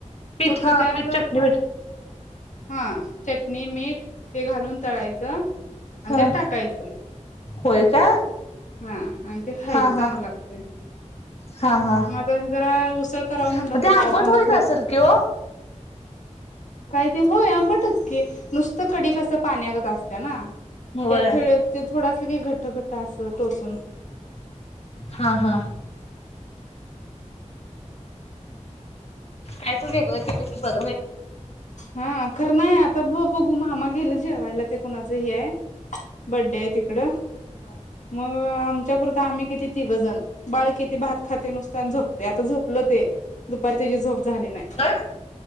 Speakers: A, on the left; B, on the left.
A: पीठ
B: फक्त
A: हा
B: त्यात
A: पीठ चटणी मीठ
B: हा चटणी मीठ ते घालून तळायचं. आणि
A: हा
B: त्यात टाकायचं
A: होय का
B: हा आणि ते खायचं
A: हा
B: चांगलं
A: हा
B: लागतं
A: हा हा
B: म जरा उसळ करावं म्हणल
A: मग
B: होतं
A: ते
B: डाळकांदा
A: आंबट होईत
B: करा
A: असेल कि ओ?
B: काहीते होय आंबटच की नुसत कडी कसं पाण्यागत असत्या ना.
A: होय.
B: त्याथेळ ते थोडा असं घटृ घट्ट असं टोचून.
A: हा हा काय तर वेगळं केलं की बघ्
B: हा खरं नाही आता ब बघू मामा गेलं जेवायला ते कोणाचं हे आहे बड्डे आहे तिकडं.
A: हा
B: आमच्या पुरतं आम्ही किती तिघजण बाळ किती भात. खातंय नुसते अन् झोपते आता झोप लं ते दुपारी त्याची झोप झाली नाही.
A: होय.